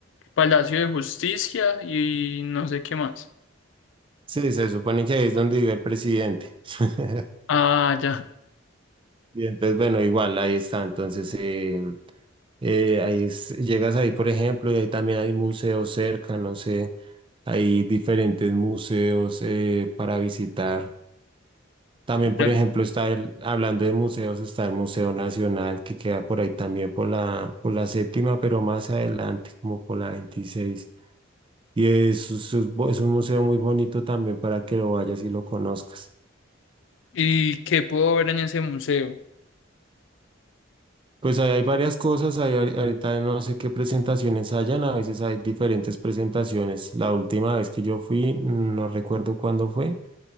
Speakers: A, on the left; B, on the right.
A: Palacio de Justicia y no sé qué más.
B: Sí, se supone que ahí es donde vive el presidente. <laughs>
A: Ah, ya,
B: Y entonces, bueno, igual, ahí está. Entonces, eh, eh, ahí es- llegas ahí, por ejemplo, y ahí también hay museos cerca, no sé, hay diferentes museos eh, para visitar. También, por
A: ya.
B: ejemplo, está el, hablando de museos, está el Museo Nacional, que queda por ahí también por la, por la séptima, pero más adelante, como por la veintiséis Y es, es es bo- es un museo muy bonito también para que lo vayas y lo conozcas.
A: ¿Y qué puedo ver en ese museo?
B: Pues ahí hay varias cosas, ahí ahori- ahorita no sé qué presentaciones hayan, a veces hay diferentes presentaciones. La última vez que yo fui, no recuerdo cuándo fue,